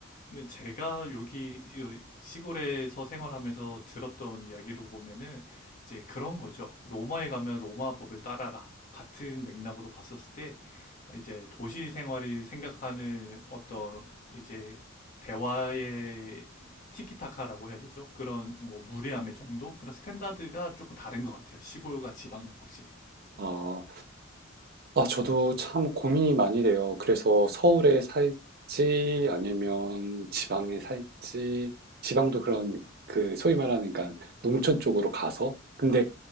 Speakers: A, on the left; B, on the right.
A: 근데 제가 여기 시골에서 생활하면서 들었던 이야기로 보면은 이제 그런 거죠. 로마에 가면 로마 법을 따라라. 같은 맥락으로 봤었을 때 이제 도시 생활이 생각하는 어떤 이제 대화의 티키타카라고 해야 되죠. 그런 뭐 무례함의 정도? 그런 스탠다드가 조금 다른 것 같아요. 시골과 지방은 확실히.
B: 아, 아, 저도 참 고민이 많이 돼요. 그래서 서울에 살지 아니면 지방에 살지 지방도 그런 그 소위 말하는 그러니까 농촌 쪽으로 가서 근데